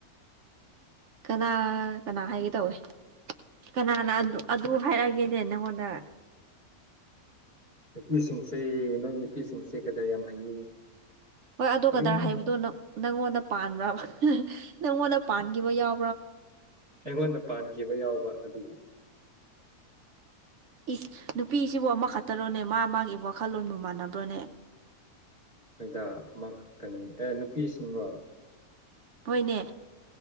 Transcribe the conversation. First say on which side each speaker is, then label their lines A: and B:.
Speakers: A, on the right; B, on the right.
A: ꯀꯅꯥ ꯀꯅꯥ ꯍꯥꯏꯒꯦ ꯇꯧꯋꯦ ꯀꯅꯥꯅ ꯑꯗꯨ ꯍꯥꯏꯔꯛꯑꯒꯦꯅꯦ ꯅꯪꯉꯣꯟꯗ
B: ꯅꯨꯄꯤꯁꯤꯡꯁꯦ ꯅꯣꯏ ꯅꯨꯄꯤꯁꯤꯡꯁꯦ ꯀꯗ ꯌꯥꯝ ꯍꯩꯌꯦ
A: ꯍꯣꯏ ꯑꯗꯨ
B: ꯀꯔꯤꯅꯣ
A: ꯀꯗꯥꯔ ꯍꯥꯏꯕꯗꯣꯪ ꯅꯪꯉꯣꯟꯗ ꯄꯥꯟꯕ꯭ꯔꯥ ꯅꯪꯉꯣꯟꯗ ꯄꯥꯟꯈꯤꯕ ꯌꯥꯎ
B: ꯑꯩꯉꯣꯟꯗ ꯄꯥꯟꯈꯤꯕ ꯌꯥꯎꯕ ꯑꯗꯨꯒꯤ
A: ꯏꯁ ꯅꯨꯄꯤꯁꯤꯕꯨ ꯑꯃ ꯈꯛꯇꯔꯣꯅꯦ ꯃꯥ ꯃꯥꯒꯤ ꯋꯥꯈꯜꯂꯣꯟꯕꯨ ꯃꯥꯟꯅꯕ꯭ꯔꯣꯅꯦ
B: ꯃꯣꯏꯗꯥ ꯑꯃꯈꯛꯇꯅꯤ ꯑꯦ ꯅꯨꯄꯤꯁꯤꯡꯔꯣ
A: ꯍꯣꯏꯅꯦ